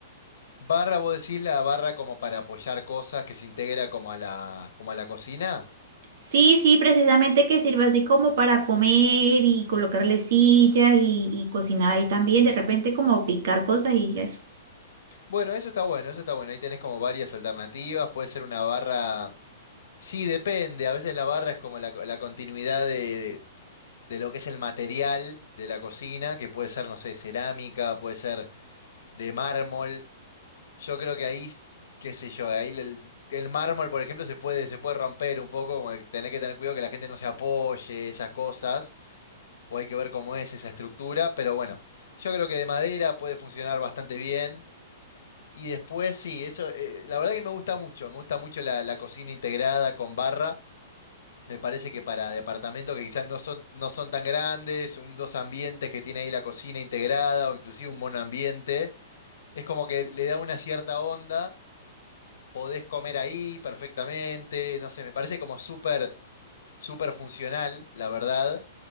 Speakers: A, on the left; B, on the right.
A: Barra, vos decís la barra como para apoyar cosas que se integra como a la, como a la cocina.
B: Sí, sí, precisamente que sirva así como para comer y colocarle sillas y, y cocinar ahí también, de repente como picar cosas y eso.
A: Bueno, eso está bueno, eso está bueno. Ahí tenés como varias alternativas. Puede ser una barra. Sí, depende. A veces la barra es como la, la continuidad de, de lo que es el material de la cocina, que puede ser, no sé, cerámica, puede ser de mármol. Yo creo que ahí, qué sé yo, ahí el, el mármol, por ejemplo, se puede, se puede romper un poco, como que tener que tener cuidado que la gente no se apoye, esas cosas, o hay que ver cómo es esa estructura, pero bueno, yo creo que de madera puede funcionar bastante bien. Y después sí, eso, eh, la verdad que me gusta mucho, me gusta mucho la, la cocina integrada con barra. Me parece que para departamentos que quizás no son, no son tan grandes, un dos ambientes que tiene ahí la cocina integrada o inclusive un monoambiente, es como que le da una cierta onda, podés comer ahí perfectamente, no sé, me parece como súper, súper funcional, la verdad.